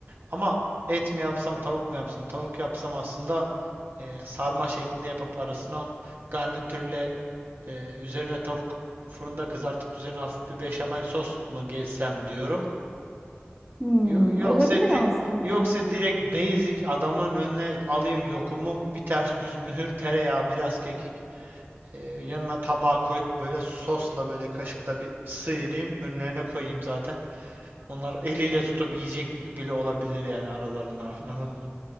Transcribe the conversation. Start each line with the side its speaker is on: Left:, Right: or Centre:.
Right: Ama et mi yapsam, tavuk mu yapsam? Tavuk yapsam aslında eee, sarma şeklinde yapıp arasına garnitürle eee, üzerine tavuk fırında kızartıp üzerine hafif bir beşamel sos mu gezsem diyorum.
Centre: Hmm,
Right: Yo- Yoksa
Centre: olabilir
Right: di-
Centre: aslında.
Right: yoksa direkt basic adamların önüne alayım lokumu, bir ters düz mühür, tereyağı, biraz kekik. Ee, yanına tabağa koyup böyle sosla böyle kaşıkla bir sıyırayım. Önlerine koyayım zaten. Onlar eliyle tutup yiyecek bile olabilir yani aralarından <laughs> anladın mı?